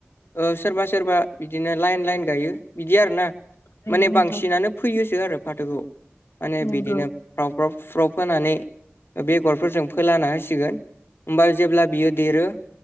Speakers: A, on the left (about 55°); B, on the left (about 85°).
A: ओ सोरबा सोरबा बिदिनो लाइन लाइन गायो बिदि आरो ना
B: थारैनो
A: माने
B: नोंथां
A: बांसिनानो फैयोसो आरो फाथोखौ माने
B: नंगौ
A: बिदिनो। फ्राव फ्राव फ्रुफ्राव फोनानै बेगरफोरजों फोलाना होसिगोन ओमबा जेब्ला बियो देरो